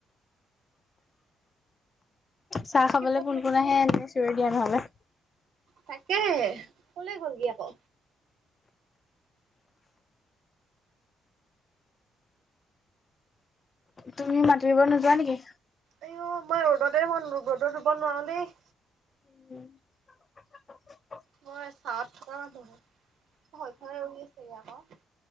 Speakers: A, on the left; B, on the right.
A: চাহ
B: তাকে
A: খাবলৈ
B: ক'ত
A: কোন
B: মাতিছে
A: কোন আহে
B: জানো
A: এনে চিঞৰি দিয়া নহ'লে।
B: তাকেহে ক'লে গলগে আকৌ।
A: তুমি মাতিব নোযোৱা নেকি?
B: আই অ', মই ৰ'দতে মন ৰ'দত ৰুব নোৱাৰো দেই।
A: উম।
B: মই চাৱত থকা মানুহ হে, সৈফালে ৰুই আছে ই আকৌ।